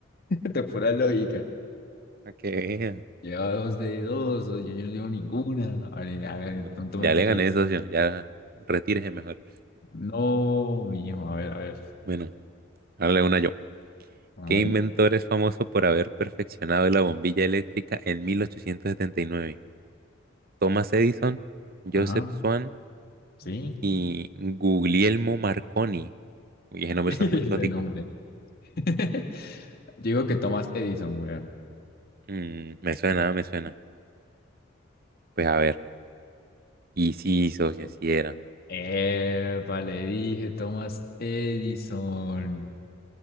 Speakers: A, on the left; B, on the right.
A: De pura lógica.
B: Para que vean.
A: Lleva dos de dos, o yo, yo no llevo ninguna. A ver, a ver,
B: No,
A: pronto
B: ya
A: me está
B: le
A: que.
B: gané, socio, ya retírese mejor.
A: No, mi hijo, a ver, a ver.
B: Bueno, dale una yo.
A: A
B: ¿Qué
A: ver,
B: inventor es famoso por haber perfeccionado la bombilla eléctrica en 1879? Thomas Edison, Joseph
A: ajá,
B: Swan
A: sí.
B: y Guglielmo Marconi. Uy, ese
A: <laughs>
B: nombre
A: Ese
B: es como exótico.
A: nombre. <laughs> Digo que Thomas Edison, weón.
B: Mm, me suena, me suena. Pues a ver. Y sí, socio, sí era.
A: Epa, le dije Thomas Edison.